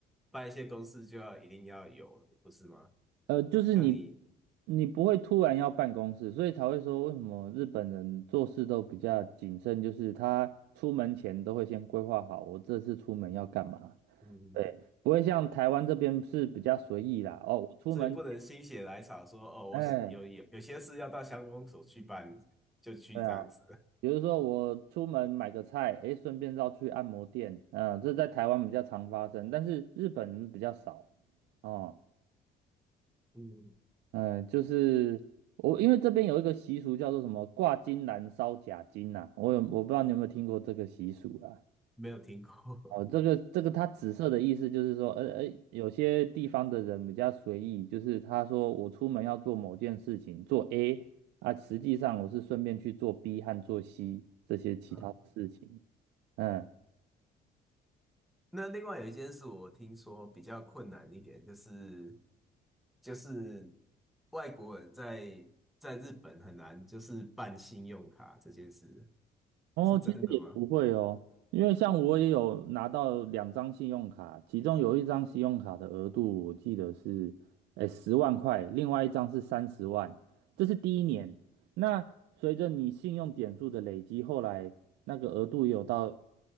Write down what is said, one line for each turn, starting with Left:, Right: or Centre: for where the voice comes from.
Centre: 办一些公事就要一定要有，不是吗？
Right: 呃，就是你，
Centre: 像你，
Right: 你不会突然要办公室，所以才会说为什么日本人做事都比较谨慎，就是他出门前都会先规划好，我这次出门要干嘛，
Centre: 嗯，
Right: 对，不会像台湾这边是比较随意啦。哦，我出门，
Centre: 所以不能心血来潮说哦，
Right: 哎，
Centre: 我有有有些事要到乡公所去办，就去这样子。
Right: 对啊，比如说我出门买个菜，哎，顺便绕去按摩店，嗯、这在台湾比较常发生，但是日本比较少哦。
Centre: 嗯
Right: 嗯，就是我，因为这边有一个习俗叫做什么挂金兰烧假金呐、我有我不知道你有没有听过这个习俗啊？
Centre: <laughs>，没有听过。
Right: 哦，这个这个它紫色的意思就是说，呃呃，有些地方的人比较随意，就是他说我出门要做某件事情，做 A 啊，实际上我是顺便去做 B 和做 C 这些其他的事情。
Centre: <laughs> 嗯，
Right: 嗯，
Centre: 那另外有一件事我听说比较困难一点，就是就是外国人在在日本很难就是办信用卡这件事
Right: 哦，
Centre: 是真的吗？
Right: 其实也不会哦，因为像我也有拿到两张信用卡，其中有一张信用卡的额度我记得是，诶，十万块，另外一张是三十万，这是第一年。那随着你信用点数的累积，后来那个额度也有到，